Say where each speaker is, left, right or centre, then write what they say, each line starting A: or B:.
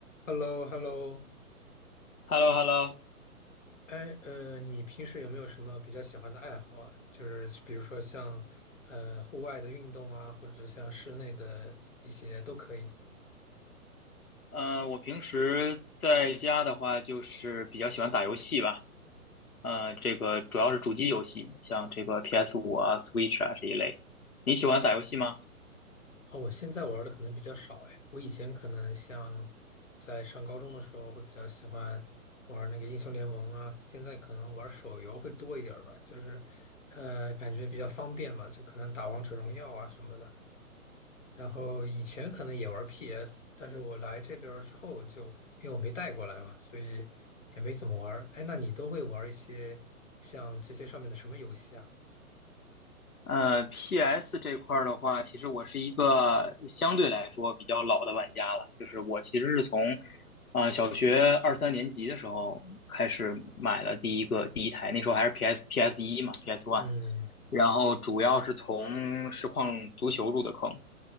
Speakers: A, on the left; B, on the left.
A: h e l l o h e l l o
B: h e l l o h e l l o
A: 哎，呃，你平时有没有什么比较喜欢的爱好啊？就是比如说像呃户外的运动啊，或者是像室内的一些都可以。
B: 嗯、我平时在家的话，就是比较喜欢打游戏吧，呃，这个主要是主机游戏，像这个 p s 五啊、Switch 啊这一类。你喜欢打游戏吗？
A: 哦，我现在玩的可能比较少哎，我以前可能像在上高中的时候会比较喜欢玩那个英雄联盟啊，现在可能玩手游会多一点儿吧，就是呃感觉比较方便嘛，就可能打王者荣耀啊什么的。然后以前可能也玩 PS，但是我来这边儿之后就，因为我没带过来嘛，所以也没怎么玩儿。哎，那你都会玩一些像这些上面的什么游戏啊？
B: 呃 p s 这块儿的话，其实我是一个相对来说比较老的玩家了，就是我其实是从啊、呃小学二三年级的时候开始买了第一个第一台，那时候还是 PS p s 一嘛，PS
A: 嗯，
B: One。然后主要是从实况足球入的坑，